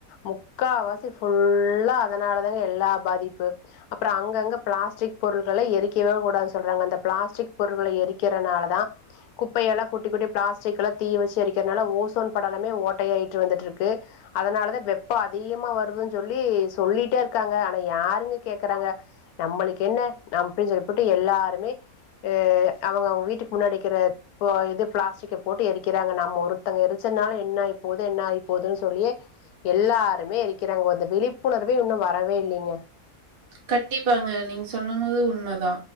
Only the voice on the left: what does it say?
முக்காவாசி ஃபுல்லா அதனால தாங்க எல்லா பாதிப்பு அப்றோ அங்கங்க பிளாஸ்டிக் பொருட்கள எரிக்கவே கூடாதுன்னு சொல்றாங்க அந்த பிளாஸ்டிக் பொருட்கள எரிக்கிறனால தா குப்பையெல்லா கொட்டி கொட்டி பிளாஸ்டிக் எல்லா தீய வெச்சு எரிக்கிறனால ஓசோன் படலமே ஓட்டையாயிட்டு வந்துட்டு இருக்கு அதுனாலதா வெப்போ அதிகமா வருது சொல்லி சொல்லிட்டே இருக்காங்க ஆனா யாருங்க கேக்குறாங்க நம்மளுக்கு என்ன நம் அப்படின்னு சொல்லி போட்டு எல்லாருமே அ அவுங்க அவுங்க வீட்டுக்கு முன்னாடி இக்கிற இப்போ இது பிளாஸ்டிக்க போட்டு எரிக்கிறாங்க நம்ம ஒருத்தங்க எரிச்சனால என்ன ஆயி போது என்ன ஆயி போதுன்னு சொல்லியே எல்லாருமே எருக்கிறாங் அந்த விழிப்புணர்வே இன்னு வரவே இல்லைங்க